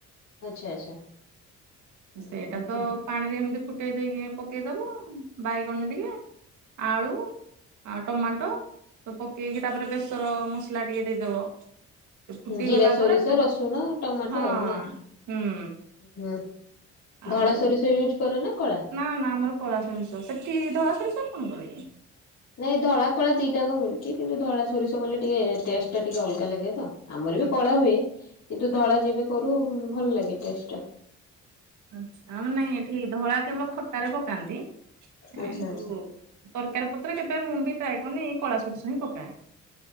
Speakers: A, on the left; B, on the right.
A: ଆଚ୍ଛା ଆଚ୍ଛା। ହୁଁ
B: ସେଇଟା
A: ହୁଁ
B: ତ ପାଣିରେ ଏମିତି ଫୁଟେଇ ଦେଇକି ପକେଇଦବ ବାଇଗଣ ଟିକେ। ଆଳୁ ଆ ଟମାଟୋ ତ ପକେଇକି ତାପରେ ବେସର ମସଲା ଟିକେ ଦେଇଦେବ। ଫୁଟି
A: ହୁଁ ଜିରା
B: ଗଲା
A: ସୋରିଷ
B: ପରେ ତ
A: ରସୁଣ ଟମାଟୋ
B: ହଁ
A: ଆଉ ନା?
B: ହୁଁ।
A: ହୁଁ ଧଳା
B: ଆଉ
A: ସୋରିଷ ୟୁଜ୍ କର ନା କଳା?
B: ନା ନା ଆମର କଳା ସୋରିଷ ସେଠି ଧଳା ସୋରିଷ କଣ <unintelligible>
A: ନାଇଁ ଧଳା କଳା ଦିଟା କ ମିଳୁଛି କିନ୍ତୁ ଧଳା ସୋରିଷ କଲେ ଟିକେ ଟେଷ୍ଟ ଟା ଟିକେ ଅଲଗା ଲାଗେ ତ। ଆମର ବି
B: ଆଚ୍ଛା
A: କଳା ହୁଏ କିନ୍ତୁ ଧଳା ଯେବେ କରୁ ଭଲ ଲାଗେ ଟେଷ୍ଟ ଟା।
B: ଆଛା ଆମ ନାଇଁ ଏଠି ଧଳା କେବଳ ଖଟାରେ ପକାନ୍ତି। କିନ୍ତୁ
A: ଆଚ୍ଛା ଆଚ୍ଛା।
B: ତରକାରୀ ପତ୍ର କେବେ ମୁଁ ବି ଟ୍ରାଏ କରିନି ଏଇ କଳା ସୋରିଷ ହିଁ ପକାଏ। ହ